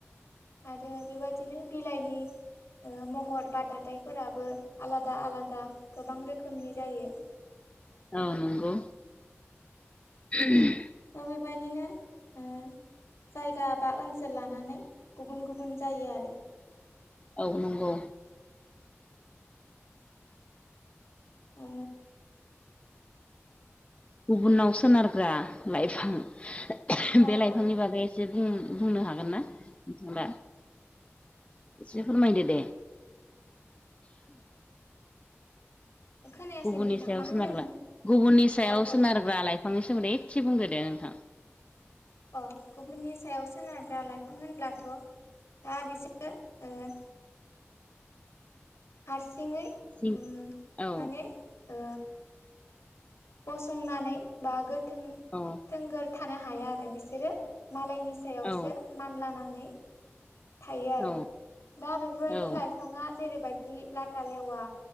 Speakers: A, on the left (about 80°); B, on the left (about 25°).
A: आरो बेबायदिनो बिलाइनि ओ महर बा दाथायफोराबो आलादा आलादा गोबां रोखोमनि जायो
B: औ नंगौ <inaudible>
A: दा बेबायदिनो ओ जायगा बा ओनसोल लानानै गुबुन गुबुन जायो आरो
B: आ नंगौ
A: ओ
B: गुबुनाव सोनारग्रा लाइफां
A: औ
B: बे लाइफांनि
A: औ
B: बागै एसे बुं बुंनो हागोन ना ओमबा एसे फोरमायदो दे
A: खोनायासै
B: गुबुननि
A: नोंथां
B: सायाव
A: मा
B: सोनारग्रा
A: होनदोंमोन
B: गुबुननि सायाव
A: औ औ
B: सोनारग्रा लाइफांनि सोमोन्दै एसे बुंदो दे नोंथां।
A: अ गुबुननि सायाव सोनारग्रा लाइफां होनब्लाथ' दा बे ओ ओ हारसिङै उम
B: सिं औ
A: माने ओ गसंनानै बा गोथों
B: औ
A: थोंगोर थानो हाया आरो बिसोरो मालायनि सायावसो
B: औ
A: मानलानानै थायो आरो
B: औ
A: दा बेफोरबायदि
B: औ
A: लाइ फाङा जेरैबायदि लाटा लेवा